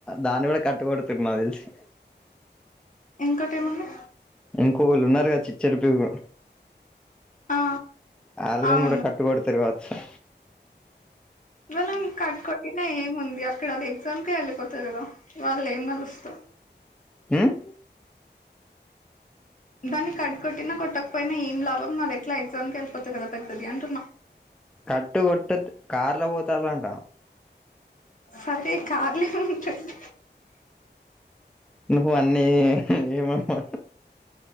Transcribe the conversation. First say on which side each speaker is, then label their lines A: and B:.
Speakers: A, in the centre; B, on the left.
A: దాన్ని కూడా కట్ కొడుతడు నాకు తెలుసు
B: ఇంకోటి ఏమంది
A: ఇంకో వీళ్ళు ఉన్నారు కదా చిచ్చరపిడుగు
B: ఆ
A: వాళ్ళను
B: అవును
A: కూడా కట్టు కొటుకొడతాకావచ్చా
B: వాళ్లను కట్కుటినే మందియా ఇక్కడ అది ఎగ్జామ్కే వెళ్ళిపోతుది కదా వాళ్లెం కలుస్త
A: ఉమ్
B: దాన్ని కట్టు కొట్టినా కొట్టకపోయినా ఏం లాభం మరెట్లా ఎగ్జామ్కి వెళ్ిపోతుచ్చంది కదా పెద్దది. అంటున్నా
A: కట్టు కొట్టు కార్లో పోతాలంట
B: సరే కాార్లే ఉంటది
A: నువ్వు అన్నీ ఏమమ్మా